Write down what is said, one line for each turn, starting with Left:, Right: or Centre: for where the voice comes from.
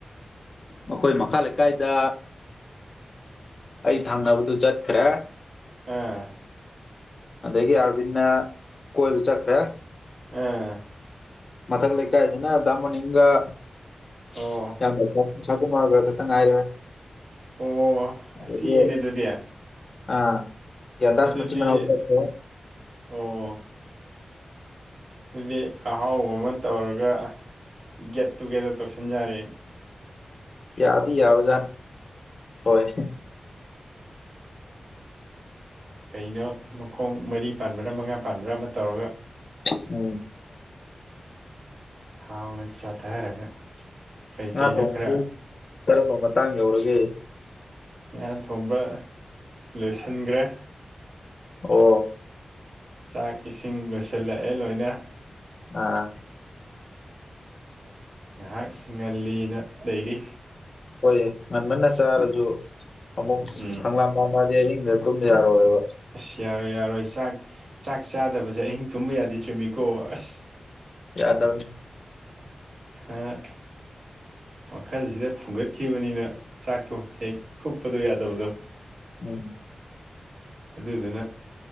Left: ꯃꯈꯣꯏ ꯃꯈꯥ ꯂꯩꯀꯥꯏꯗ ꯑꯩ ꯊꯡꯅꯕꯗꯨ ꯆꯠꯈ꯭ꯔꯦ
Right: ꯑꯥ
Left: ꯑꯗꯒꯤ ꯑꯥꯔꯕꯤꯟꯅ ꯀꯣꯏꯕ ꯆꯠꯈ꯭ꯔꯦ
Right: ꯑꯥ
Left: ꯃꯊꯛ ꯂꯩꯀꯥꯏꯗꯅ ꯗꯥ ꯃꯣꯅꯤꯡꯒ <unintelligible>
Right: ꯑꯣ
Left: ꯑꯁꯥꯀꯨꯃꯥꯔꯒ ꯈꯠꯇ ꯉꯥꯏꯔꯦ
Right: ꯑꯣ
Left: ꯑꯗꯒꯤ
Right: ꯑꯁ ꯆꯤꯛꯑꯦꯅꯦ ꯑꯗꯨꯗꯤ
Left: ꯑꯥ ꯒ꯭ꯌꯥꯟꯗꯥꯁ
Right: ꯑꯗꯨꯗꯤ
Left: ꯃꯆꯤꯟ ꯃꯅꯥꯎ ꯆꯠꯈ꯭ꯔꯦ
Right: ꯑꯣ ꯁꯤꯗꯤ ꯑꯍꯥꯎꯕ ꯑꯃ ꯇꯧꯔꯒ ꯒꯦꯠ ꯇꯨꯒꯦꯗꯔ ꯇꯧꯁꯤꯟ ꯌꯥꯔꯦ
Left: ꯌꯥꯗꯤ ꯌꯥꯕꯖꯥꯠꯅꯤ ꯍꯣꯏ
Right: ꯀꯩꯅꯣ ꯃꯈꯣꯡ ꯃꯔꯤ ꯄꯥꯟꯕꯔꯥ ꯃꯉꯥ ꯄꯥꯟꯕꯔꯥ ꯑꯃ ꯇꯧꯔꯒ
Left: <unintelligible>
Right: ꯍꯥꯥꯎꯅ ꯆꯥꯊꯔꯒ ꯀꯩ
Left: ꯉꯥ
Right: ꯀꯩꯅꯣ
Left: ꯊꯣꯡꯕꯕꯨ
Right: ꯈꯔ
Left: ꯀꯔꯝꯕ ꯃꯇꯥꯡ ꯌꯧꯔꯒꯦ
Right: ꯉꯥ ꯊꯣꯡꯕ ꯂꯣꯏꯁꯤꯟꯒ꯭ꯔꯦ
Left: ꯑꯣ
Right: ꯆꯥꯛ ꯏꯁꯤꯡ ꯂꯣꯏꯁꯤꯜꯂꯛꯑꯦ ꯂꯣꯏꯅ
Left: ꯑ
Right: ꯉꯍꯥꯛ ꯉꯜꯂꯤꯅ ꯂꯩꯔꯤ
Left: ꯍꯣꯏꯌꯦ ꯉꯟꯃꯟꯅ ꯆꯥꯔꯁꯨ ꯑꯃꯨꯛ
Right: ꯎꯝ
Left: ꯈꯪꯂꯥꯝ ꯂꯥꯝꯃꯛꯑꯗꯤ ꯑꯍꯤꯡꯗ ꯇꯨꯝ ꯌꯥꯔꯣꯏꯕ
Right: ꯑꯁ ꯌꯥꯔꯣꯏ ꯌꯥꯔꯣꯏ ꯆꯥꯛ ꯆꯥꯛ ꯆꯥꯗꯕꯁꯦ ꯑꯍꯤꯡ ꯇꯨꯝꯕ ꯌꯥꯗꯦ ꯆꯨꯝꯃꯤꯀꯣ ꯑꯁ
Left: ꯌꯥꯗꯕꯅꯤ
Right: ꯑꯥ ꯋꯥꯈꯜꯁꯤꯗ ꯐꯨꯡꯒꯠꯈꯤꯕꯅꯤꯅ ꯆꯥꯛꯇꯣ ꯍꯦꯛ ꯍꯨꯛꯄꯗꯣ ꯌꯥꯗꯕꯗꯣ
Left: ꯎꯝ
Right: ꯑꯗꯨꯗꯨꯅ